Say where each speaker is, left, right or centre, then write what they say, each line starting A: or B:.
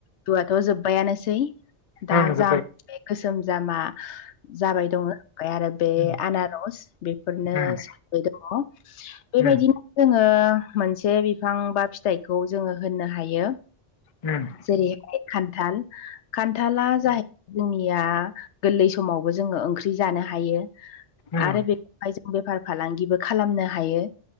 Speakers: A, on the left (about 75°); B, on the left (about 40°).
A: फुवथ' जोब्बायानोसै । दा
B: उम उम जोब्बाय
A: जाम गोसोम जामा जाबाय दङ ओमफ्राय आरो बे
B: उम।
A: आनारस बे फोरनो
B: उम
A: स दङ बेबायदिनो
B: उम
A: जोङो मोनसे बिफां बा फिथाइखौ जोङो होननो हायो।
B: हम
A: जेरैहाय खान्थाल खान्थाला जाहैबाय जोंनिया गोरलै समावबो जोङो ओंख्रि जानो हायो
B: उम
A: आरो बे जों बेफार फालांगिबो खालामनो हायो